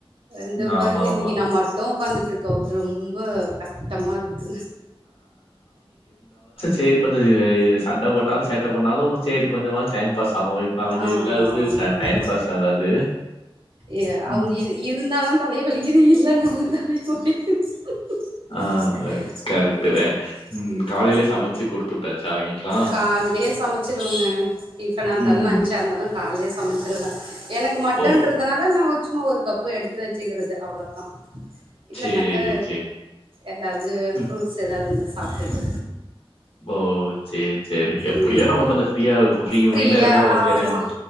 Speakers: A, on the right (about 65°); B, on the left (about 70°).
A: இதோ பாருங்க
B: ஆமாமா.
A: இன்னைக்கி நான் மட்டும் உக்காந்து இட்ருக்கோ ரொம்ப கஷ்டமா இருக்குது
B: செரி கொஞ்சம் சண்டை போட்டாலும் சேட்டை பன்னாலும் சரி கொஞ்சமா டைம் பாஸ் ஆகும். இப்ப அவைங்க
A: ஆமா
B: இல்லாதது
A: ஆமா
B: ச
A: ஆமா
B: டைம் பாஸ் ஆகாது.
A: ஏய் அவங்க
B: ம்.
A: இது இருந்தாலும் தலை வெலிர்ரி ற் இல்லை நாளும் <unintelligible>
B: ஆ கரெக்ட்டு தான். ம். காலையிலே சமைச்சு குடுத்து விட்டாச்சா அவைங்களுக்கெல்லாம்?
A: கால்லே சமைச்சுருவேங்க டிபனா இருந்தாலும்
B: ம்.
A: லஞ்சா இருந்தாலும் என்னாலும் காலையே சமைச்சிருவேன் எனக்கு மட்டும்ன்றதுனால
B: ஓ!
A: நான் சும்மா ஒரு கப்பு எடுத்து வெச்சுக்கிறது அவ்ளோதான் இல்லனக்கா
B: சரி, சரி.
A: ஏதாவது
B: ம்.
A: ஃப்ரூட்ஸ் ஏதாதது அப்பேது
B: ஓ சரி சரி எப்டியோ
A: ம்
B: நம்ம கொஞ்சம் ஃப்ரீ ஃப்ரீ
A: ஃப்ரீயா
B: மைன்டா இருந்தா ஓகே
A: ஆமாம்
B: தான்